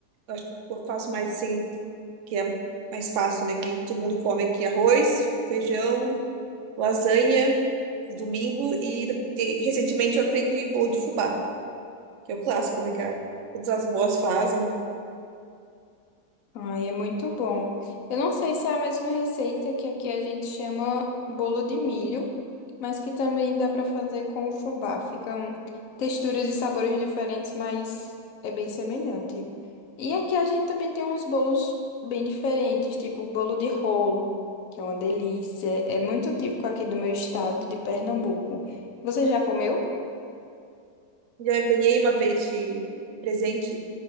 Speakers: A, on the right; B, on the left.
A: eu acho que eu faço mais assim, que é mais fácil, né? Que todo mundo come aqui arroz, feijão, lasanha, de domingo e, e recentemente eu aprendi bolo de fubá, que é o clássico, né? Que a- todas as vós fazem.
B: Ai, é muito bom. Eu não sei se é a mesma receita que aqui a gente chama bolo de milho, mas que também dá para fazer com o fubá. Ficam texturas e sabores diferentes, mas é bem semelhante. E aqui a gente também tem uns bolos bem diferentes, tipo bolo de rolo, que é uma delícia. É muito típico aqui do meu estado, de Pernambuco. Você já comeu?
A: Já ganhei uma vez de presente.